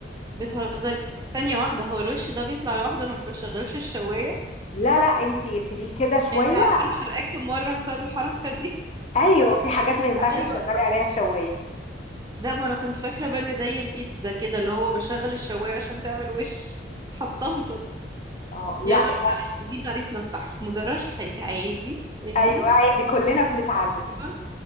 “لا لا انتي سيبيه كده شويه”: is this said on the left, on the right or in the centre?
Left